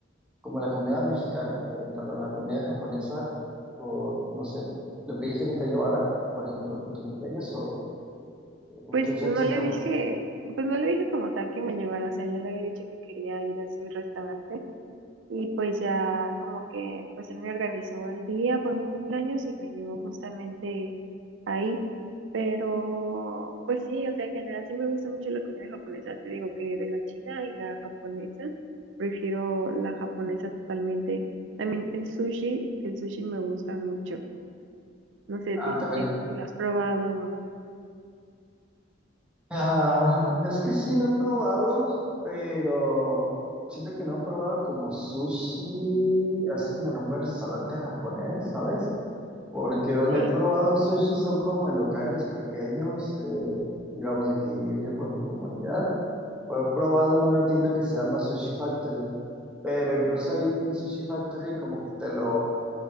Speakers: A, in the centre; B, on the right.
A: como la comida mexicana, eh, perdón, la comida japonesa? O no sé, ¿le pediste que te llevara, por ejemplo, por tu cumpleaños o, o
B: Pues
A: qué fue
B: no
A: exactamente?
B: le dije, pues no le dije como tal que me llevara, o sea, yo le había dicho que quería ir a ese restaurante Y pues ya como que pues él me organizó el día por mi cumpleaños y me llevó justamente ahí. Pero pues sí, o sea, en general sí me gusta mucho la comida japonesa. Te digo que de la china y la japonesa, prefiero la japonesa totalmente. También el sushi, el sushi me gusta mucho. No sé a
A: Ah,
B: ti si
A: también
B: te, si lo has probado.
A: Ah, es que sí lo he probado, pero siento que no he probado como sushi, así como en un buen restaurante japonés, ¿sabes? Porque donde
B: Sí,
A: he probado sushi son como en locales pequeños, eh, digamos aquí de por mi comunidad, o he probado en una tienda que se llama Sushi Factory, pero incluso ahí en Sushi Factory como que te lo,